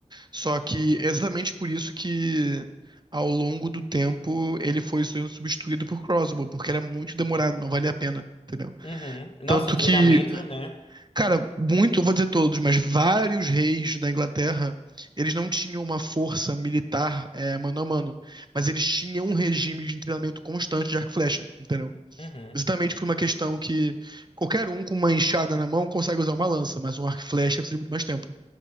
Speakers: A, on the right; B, on the left.
A: Só que é exatamente por isso que ao longo do tempo ele foi sendo substituído por crossbow, porque era muito demorado, não valia a pena, entendeu?
B: uhum. Nossa,
A: Tanto
B: e o
A: que,
B: treinamento, né?
A: cara, muito, eu vou dizer todos, mas vários reis da Inglaterra, eles não tinham uma força militar eh, mano a mano, mas eles tinham um regime de treinamento constante de arco e flecha, entendeu?
B: Uhum.
A: Exatamente por uma questão que qualquer um com uma enxada na mão consegue usar uma lança, mas um arco e flecha precisa de muito mais tempo.